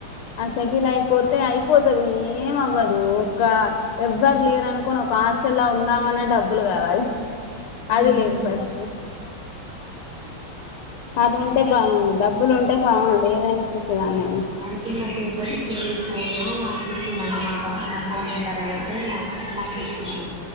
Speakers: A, on the left; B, in the centre.
A: అ సే టీలుయిపోతే అయిపోతుది ఏమవ్వదు ఒక ఎవ్వర్ లేరనుకోని ఒక హాస్ట్లా ఉందామనే డబ్బులు కావాలి అది
B: హ్మ్
A: లేదు ఫస్ట్ అది ఉంటే
B: ఎ
A: బాగుండు డబ్బులు ఉంటే బాగుండు ఏదైనా చేసేదాన్నేమో
B: ఐతే ఆంటీ మా పెద్ద చెల్లి ఫోను నాకిచ్చింది అనమాట నా ఫోన్నుంబే అ నా నాకిచ్చింది